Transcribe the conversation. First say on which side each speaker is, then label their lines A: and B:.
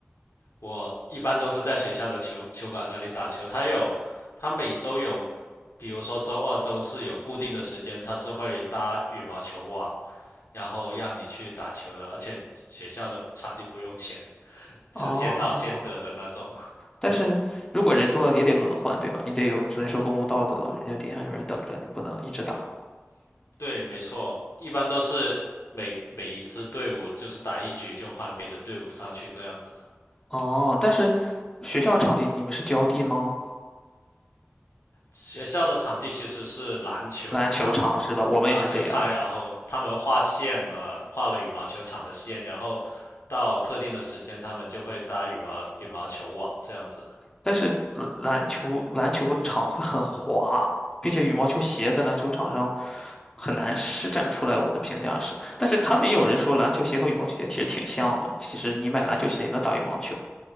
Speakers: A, on the left (about 85°); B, on the left (about 15°).
A: 我一般都是在学校的球球馆那里打球，它有它每周有比如说周二、周四有固定的时间，它是会搭羽毛球网，然后让你去打球的，而且学校的场地不用钱，是先到先得的那种。
B: 哦。但是如果人多了也得轮换，对吧？你得有遵守公共道德，人家底下有人等着，你不能一直打。
A: <laughs> 对，没错，一般都是每每一支队伍就是打一局就换别的队伍上去这样子。
B: 哦，但是学校场地你们是浇地吗？
A: 学校的场地其实是篮球场，
B: 篮球场是吧？我们也是这样，
A: 篮球场，然后他们画线了，画了羽毛球场的线，然后到特定的时间他们就会搭羽毛羽毛球网这样子。
B: 但是呃篮球篮球场会很滑，并且羽毛球鞋在篮球场上很难施展出来。我的评价是，但是他们也有人说篮球鞋和羽毛球鞋其实挺像的，其实你买篮球鞋也能打羽毛球，